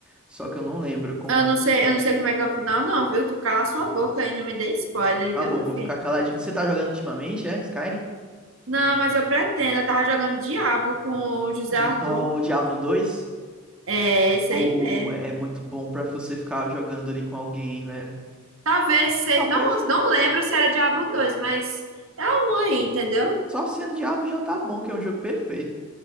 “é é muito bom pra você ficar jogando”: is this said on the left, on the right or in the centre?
Centre